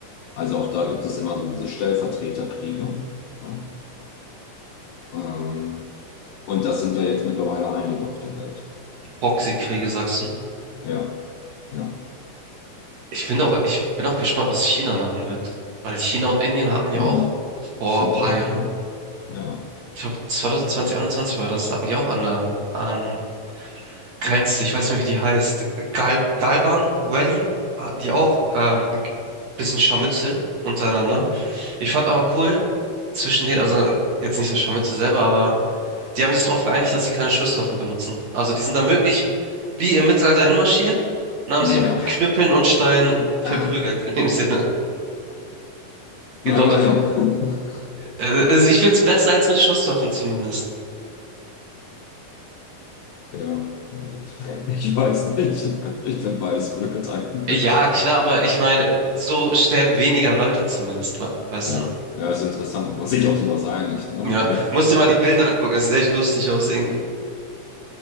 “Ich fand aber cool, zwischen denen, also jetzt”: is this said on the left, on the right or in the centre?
Right